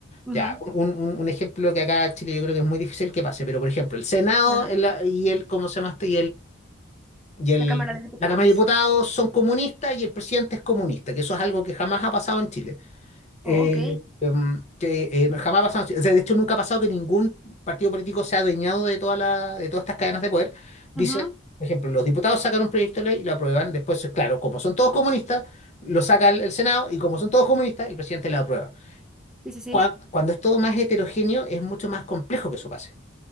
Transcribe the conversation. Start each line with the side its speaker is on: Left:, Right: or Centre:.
Centre: ujú.
Left: ya, un, un- un ejemplo que acá en Chile yo creo que es muy difícil que pase, pero por ejemplo, el Senado
Centre: Ajá.
Left: el- y el, ¿cómo se llama este? Y el,
Centre: La Cámara de Diputados.
Left: la Cámara de Diputados son comunistas y el presidente es comunista, que eso es algo que jamás ha pasado en Chile.
Centre: Oh,
Left: Eh,
Centre: ok.
Left: que eh, no, jamás ha pasado, en Chile. O sea, de hecho nunca ha pasado que ningún partido político se ha adueñado de, toda la, de todas estas cadenas de poder. Dice,
Centre: Ujú.
Left: por ejemplo, los diputados sacan un proyecto de ley y lo aprueban, después, claro, como son todos comunistas, lo saca el, el Senado y como son todos comunistas, el presidente lo aprueba.
Centre: Sí, sí, sí.
Left: Cuan- Cuando, es todo más heterogéneo, es mucho más complejo que eso pase.